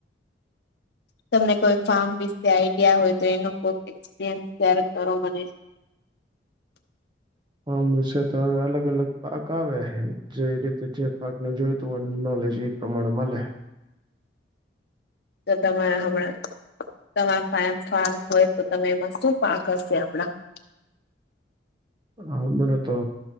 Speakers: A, on the left; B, on the right.
A: તમને કોઈ ફાર્મ વિશે આઈડિયા હોય તો એનું કોઈક એક્સપિરિયન્સ શેર કરો મને <inaudible>
B: હમશે તો હવે અલગ અલગ પાક આવે જે રીતે જે પાકને જોયતું હો નોલેજ એ પ્રમાણે મળે
A: તો તમા રે હમણાં તમારા ફમ ફમ હોય તો તમે એમાં શું પાક હશે હમણાં <inaudible>
B: હમણાં તો